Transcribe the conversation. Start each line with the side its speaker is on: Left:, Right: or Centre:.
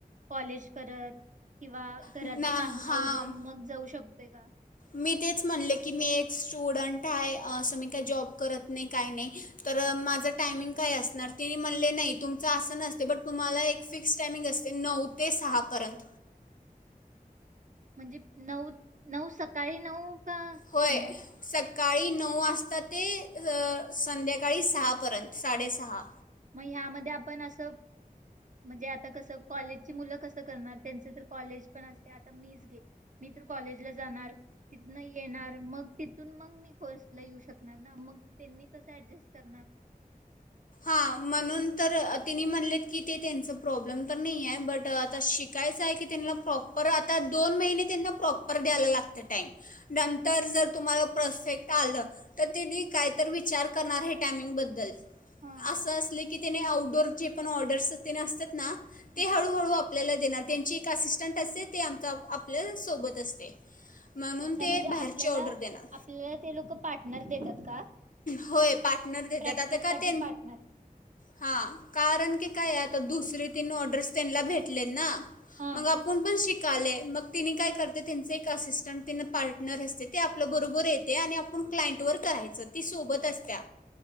Right: कॉलेज करत किंवा घरातली
Left: ना
Right: कामवरून
Left: हां
Right: मग जाऊ शकतो का
Left: मी तेच म्हणले की मी एक स्टुडंट आहे. असं मी काय जॉब करत नाही. काय नाही, तर माझं टायमिंग काय असणार तिने म्हणले नाही तुमचं असं नसते. बट तुम्हाला एक फिक्स टायमिंग असते नऊ ते सहापर्यंत.
Right: म्हणजे नऊ नऊ सकाळी नऊ का
Left: होय
Right: संध्या
Left: सकाळी नऊ वाजताात. ते संध्याकाळी सहापर्यंत साडेसहा.
Right: मग ह्यामध्ये आपण असं म्हणजे आता कसं कॉलेजची मुलं कसं करणार? त्यांच तर कॉलेज पण असते आता मीच घे मी तर कॉलेजला जाणार तिथन येणार मग तिथून मग मी कोर्स ला येऊ शकणार ना मग त्यांनी कस ऍडजस्ट करणार?
Left: हा म्हणून तर तिनी म्हणलेत की ते त्यांच प्रॉब्लेम तर नाही आहे, बट आता शिकायचं आहे की त्यांला प्रॉपर आता दोन महिने त्यांना प्रॉपर द्यायला लागत टाइम. नंतर जर तुम्हाला परफेक्ट आलं तर तेन्ही कायत विचार करणार हे टायमिंग बद्दल.
Right: हा
Left: असं असले की त्याने आउटडोअर जे पण ऑर्डर्सने असतात ना ते
Right: हा
Left: हळूहळू आपल्याला देणार त्यांची एक असिस्टंट असते ते आमच आपल्या सोबत असते. म्हणून
Right: अच्छा
Left: ते
Right: म्हणजे
Left: बाहेरचे
Right: आपल्याला
Left: ऑर्डर देणार.
Right: आपल्याला ते लोक पार्टनर देतात का
Left: होय पार्टनर देतात
Right: प्रॅक्टिस
Left: आता
Right: साठी
Left: का ते
Right: पार्टनर
Left: हा कारण की काय आता दुसर तीन ऑर्डर्स त्यांना भेटले ना
Right: हा
Left: मग आपण पण शिक मग ति काय कर त्यां असिस्टं पार्टनर असते ते आपल्या बरोबर येते आणि आपण क्लांट व करायच ती सोबत असत्या.